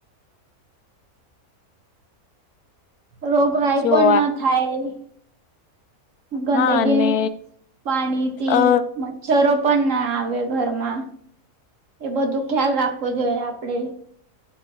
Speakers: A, on the right; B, on the left.
A: રોગરાાય
B: જો
A: પણ ન થાય. ગંદગી
B: હા ને
A: પાણી થી
B: અ
A: છરો પણ ના આવે ઘરમાં એ બધું ખ્યાલ રાખવો જોઈએ આપડે.